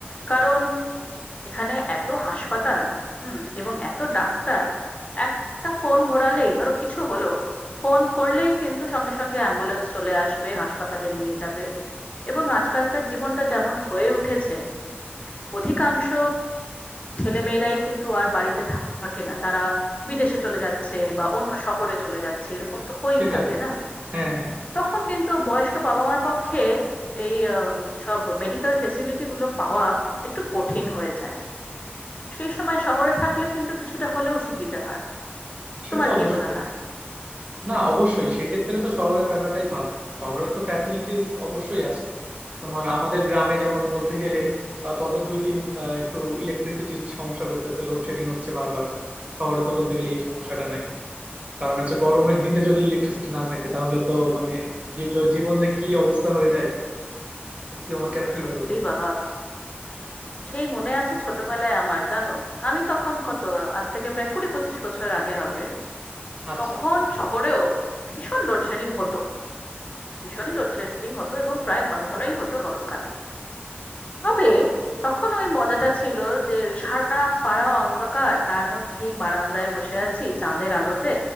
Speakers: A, on the left (about 30°); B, on the right (about 35°).
A: কারণ এখানে এত হাসপাতাল হুম এবং এত ডাক্তার একটা ফোন ঘোরালেই ধরো কিছু হলো ফোন করলেই কিন্তু সঙ্গে সঙ্গে অ্যাম্বুলেন্স চলে আসবে হাসপাতালে নিয়ে যাবে এবং আজকালকার জীবনটা যেমন হয়ে উঠেছে অধিকাংশ ছেলে মেয়েরাই কিন্তু আর বাড়িতে থা- থাকে না তারা বিদেশে চলে যাচ্ছে বা অন্য শহরে চলে যাচ্ছে এরকম তো হয়েই
B: সেটাই
A: থাকে না
B: হ্যাঁ হ্যাঁ
A: তখন কিন্তু বয়স্ক বাবা মার পক্ষে এই আম, সব মেডিকেল ফেসিলিটি গুলো পাওয়া একটু কঠিন হয়ে যায় সেই সময় শহরে থাকলে কিন্তু কিছুটা হলেও সুবিধা হয়
B: সে
A: তোমার
B: তো অবশ্যই
A: কি মনে হয়
B: না অবশ্যই সেক্ষেত্রে তো শহরে থাকাটাই ভালো শহরের তো ফ্যাসিলিটিস অবশ্যই আছে তোমার আমাদের গ্রামে যেমন বলতে গেলে আহ, গত দুই দিন আহ, একটু ইলেকট্রিসিটির সমস্যা করতেছে লোডশেডিং হচ্ছে বারবার শহরে তো বলতে গেলে এই সমস্যাটা নাই কারণ হচ্ছে গরমের দিনে যদি ইলেকট্রিসিটি না থাকে তাহলে তো মানে জী- জ- জীবন যে কি অবস্থা হয়ে যায় সত্যি তোমাকে
A: ওহ
B: আর কি
A: সত্যি
B: বলবো
A: বাবা সেই মনে আছে ছোটবেলায় আমার জানো আমি তখন কত আজ থেকে প্রায় কুড়ি পঁচিশ বছর আগে হবে
B: আচ্ছা
A: তখন শহরেও ভীষণ লোডশেডিং হতো ভীষণই লোডশেডিং হতো এবং প্রায় ঘন ঘনই হতো গরমকালে তবে তখন ওই মজাটা ছিল যে ওই সারা পাড়া অন্ধকার তার মধ্যেই বারান্দায় বসে আছি চাঁদের আলোতে